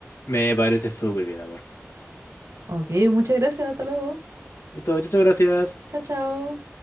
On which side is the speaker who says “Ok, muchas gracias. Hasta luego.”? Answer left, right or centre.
Right